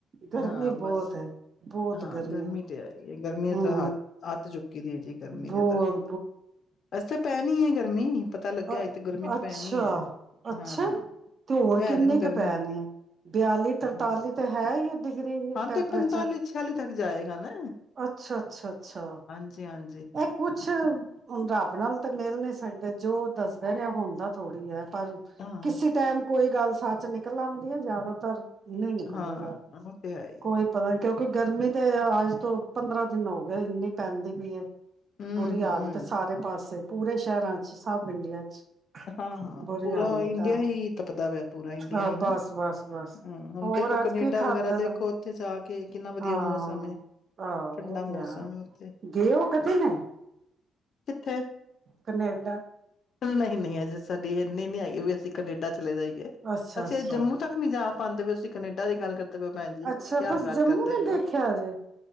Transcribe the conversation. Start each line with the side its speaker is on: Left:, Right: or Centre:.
Right: ਗਰਮੀ
Left: ਹਾਂ
Right: ਬਹੁਤ
Left: ਬਸ
Right: ਹੈ ਬਹੁਤ
Left: ਹਾਂ
Right: ਗਰਮੀ
Left: ਤੇ ਹੈ ਹੀ ਹੈ, ਗਰਮੀ ਨੇ
Right: ਹੂੰ
Left: ਤਾਂ ਹੱਥ ਅੱਤ ਚੁੱਕੀ ਦੀ ਹੈ ਜੀ ਗਰਮੀ ਨੇ
Right: ਬਹੁਤ
Left: ਤਾਂ ਅਜੇ ਤਾਂ ਪੈਣੀ ਐ ਗਰਮੀ ਪਤਾ ਲੱਗਿਆ
Right: ਅ
Left: ਤੇ ਗਰਮੀ
Right: ਅੱਛਾ
Left: ਪੈਣੀ ਹੈ
Right: ਅੱਛਾ
Left: ਹਾਂ
Right: ਤੇ ਹੋਰ
Left: ਕਹਿ
Right: ਕਿੰਨੇ
Left: ਰਹੇ ਨੇ ਗਰਮੀ
Right: ਕੁ ਪੈਣੀ ਆ ਬਿਆਲੀ
Left: ਹਾਂ
Right: ਤਰਤਾਲੀ
Left: ਬਸ
Right: ਤੇ ਹੈ ਹੀ ਡਿਗਰੀ
Left: ਹਾਂ
Right: ਟੈਂਪਰੇਚਰ
Left: ਤੇ ਪੰਤਾਲੀ ਛਿਆਲੀ ਤੱਕ ਜਾਏਗਾ ਨਾ
Right: ਅੱਛਾ ਅੱਛਾ ਅੱਛਾ।
Left: ਜ
Right: ਇਹ ਕੁਛ ਹੁਣ ਰੱਬ ਨਾਲ ਤਾਂ ਮਿਲ ਨਹੀਂੀ ਸਕਦੇ ਜੋ ਦੱਸਦਾ ਨੇ ਹੁੰਣਦਾ ਥੋੜ੍ਹੀ ਹੈ ਪਰ
Left: ਹਾਂ
Right: ਕਿਸੇ ਟਾਈਮ ਕੋਈ ਗੱਲ ਸੱਚ ਨਿਕਲ ਆਉਂਦੀ ਹੈ ਜ਼ਿਆਦਾਤਰ ਨਹੀਂ ਨਿਕਲਦੇ
Left: ਹਾਂ
Right: ਬਾਹਰ
Left: ਉਹ ਤੇ ਹੈ ਹੀ
Right: ਕੋਈ ਪਤਾ ਨੀ ਕਿਉਂਕਿ ਗਰਮੀ ਤੇ ਅੱਜ ਤੋਂ ਪੰਦਰਾਂ ਦਿਨ ਹੋ ਗਏ ਇੰਨੀ ਪੈਂਦੀ ਪਈ ਹੈ।
Left: ਹਮ
Right: ਬੁਰੀ ਹਾਲਤ
Left: ਹਮ
Right: ਸਾਰੇ ਪਾਸੇ ਪੂਰੇ ਸ਼ਹਿਰਾਂ ਚ ਸਭ ਇੰਡੀਆ ਚ
Left: ਹਾਂ ਹਾਂ
Right: ਬੁਰੀ
Left: ਪੂਰਾ
Right: ਹਾਲਤ
Left: ਇੰਡੀਆ
Right: ਆ
Left: ਹੀ ਤਪਦਾ ਵਾ ਪੂਰਾ ਇੰਡੀਆ
Right: ਹਾਂ
Left: ਹੀ ਨਾ
Right: ਬਸ ਬਸ ਬਸ
Left: ਹੂੰ ਹੁਣ
Right: ਹੋਰ
Left: ਦੇਖੋ
Right: ਅੱਜ
Left: ਕਨੇਡਾ
Right: ਕੀ ਖਾਧਾ
Left: ਵਗੈਰਾ ਦੇਖੋ ਉੱਥੇ ਜਾ ਕੇ ਕਿੰਨਾ ਵਧੀਆ
Right: ਹਾਂ
Left: ਮੌਸਮ ਹੈ
Right: ਆਹੋ
Left: ਠੰਡਾ
Right: ਉਹ
Left: ਮੌਸਮ
Right: ਤੇ
Left: ਹੈ ਉੱਥੇ
Right: ਗਏ ਹੋ ਕਦੇ ਨੇ
Left: ਕਿੱਥੇ
Right: ਕਨੇਡਾ
Left: ਨਹੀਂ ਨਹੀਂ ਅਜੇ ਸਾਡੀ ਇੰਨੇ ਨੀ ਹੈ ਗੀ ਵੀ ਅਸੀਂ ਕੈਨੇਡਾ ਚਲੇ ਜਾਈਏ
Right: ਅੱਛਾ
Left: ਅਸੀਂ
Right: ਅੱਛਾ
Left: ਇਹ ਜੰਮੂ ਤੱਕ ਨਹੀਂ ਜਾ ਪਾਂਦੇ ਪਏ ਅਸੀਂ ਕਨੇਡਾ ਦੀ ਗੱਲ ਕਰਦੇ ਪਏ ਹੋ ਭੈਣ ਜੀ
Right: ਅੱਛਾ
Left: ਕਿਆ
Right: ਤੁਸੀ
Left: ਗੱਲ
Right: ਜੰਮੂ
Left: ਕਰਦੇ
Right: ਨੇ
Left: ਪਏ
Right: ਦੇਖਿਆ
Left: ਹੋ
Right: ਜੇ